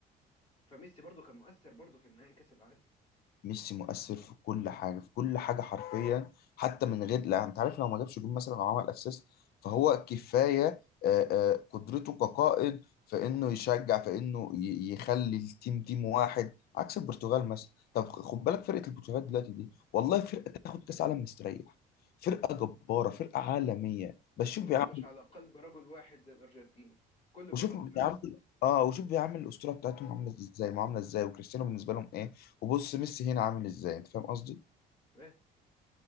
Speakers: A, on the left (about 40°); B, on the left (about 65°).
A: فميسي برضه كان مؤثر برضه في النهائي كأس العالم
B: ميسي مؤثر في كل حاجه في كل حاجه حرفيا حتى من غير لا انت عارف لو ما جابش جون مثلا او عمل اسيست فهو كفايه آه، آه، قدرته كقائد في انه يشجع في انه ي- يخلي التيم تيم واحد عكس البرتغال مثلا طب خد بالك فرقه البرتغال دلوقتي دي والله فرقه تاخد كاس عالم مستريح فرقه جباره فرقه عالميه
A: بس
B: بس شوف
A: ما
B: بيعمل
A: همش على قلب رجل واحد زي الأرجنتين كله
B: وشوف
A: بيلعب
B: بيعامل
A: لنفسه
B: اه وشوف بيعامل الاسطوره بتاعتهم عامله ازاي معامله ازاي وكريستيانو بالنسبه لهم ايه وبص ميسي هنا عامل ازاي انت فاهم قصدي
A: فاهم